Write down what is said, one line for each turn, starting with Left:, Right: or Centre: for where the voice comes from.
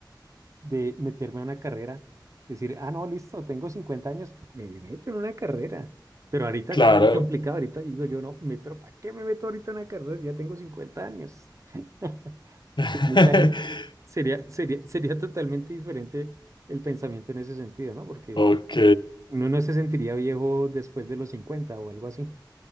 Right: de meterme a una carrera, decir, ah, no, listo, tengo 50 años, me meto en una carrera, pero ahorita
Left: claro.
Right: sí es más <laughs> complicado, ahorita digo yo, no, me, pero ¿para qué me meto ahorita en una carrera? si Ya tengo 50 años. <laughs>
Left: <laughs>
Right: Mucha gente Sería, sería, <laughs> sería totalmente diferente el pensamiento en ese sentido, ¿no? Porque
Left: Ok.
Right: uno no se sentiría viejo después de los 50 o algo así.